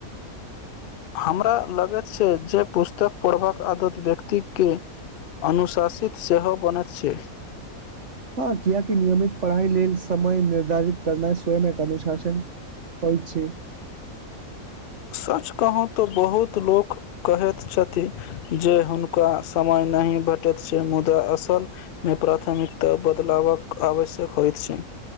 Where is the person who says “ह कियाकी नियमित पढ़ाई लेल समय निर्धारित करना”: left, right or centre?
Right